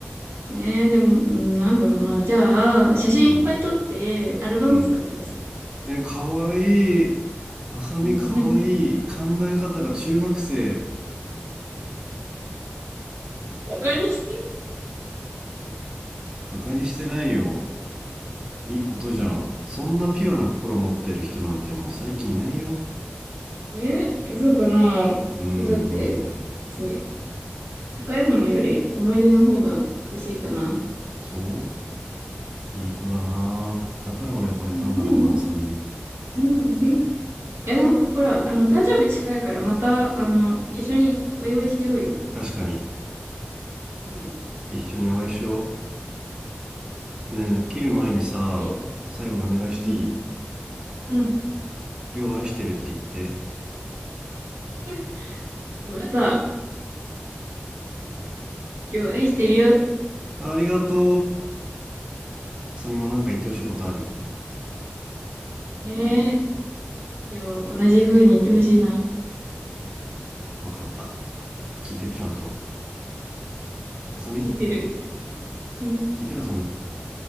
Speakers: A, on the right; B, on the right.
A: えー、でも、うん、なんだろうな。じゃあ、写真いっぱい撮って、
B: うん。
A: アルバム作ってほしい。
B: うん。えー、かわいい。あさみかわいい。
A: うん。<laughs>
B: 考え方が中学生。
A: バカにして
B: 馬鹿にしてないよ。いいことじゃん。そんなピュアな心持ってる人なんてもう最近いないよ。
A: る。えそうかな。
B: うん、
A: だって、
B: マジで。
A: 別に、高いものより思い出の方が欲しいかな。
B: そういい子だなだから俺は惚れたんだろうな、
A: うん。
B: サミに。
A: うんいや、でも、ほら、あの、誕生日近いから、また、あの、一緒にお祝いしようよ。
B: 確かに。
A: うん。
B: 一緒にお会いしよ
A: うん
B: う。ねえ、切る前にさ、
A: 何食べたい
B: 最後にお願いしていい
A: うん。うん。
B: りょう愛してるって言って。
A: <laughs> また、両愛してるよ。
B: ありがとう。あさみもなんか言ってほしいことある
A: ねえ。じゃあ、同じ風に言ってほしいな。
B: わかった。聞いてるちゃんと。あさみ
A: 聞いてる。うん、
B: 聞いてるあさみ